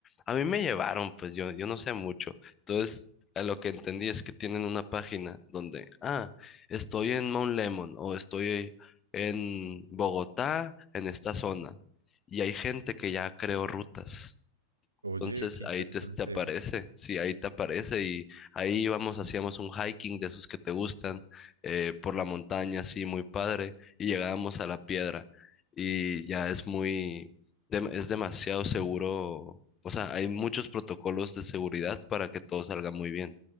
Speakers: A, on the left; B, on the right.
A: A mí me llevaron, pues yo, yo no sé mucho. Entonces, a lo que entendí es que tienen una página donde, ah, estoy en Mount Lemon o estoy en Bogotá, en esta zona. Y hay gente que ya creó rutas.
B: Oye,
A: Entonces
B: qué interesante.
A: ahí te, te aparece, sí, ahí te aparece y ahí íbamos, hacíamos un hiking de esos que te gustan eh, por la montaña, sí muy padre, y llegábamos a la piedra y ya es muy, dem- es demasiado seguro, o sea, hay muchos protocolos de seguridad para que todo salga muy bien,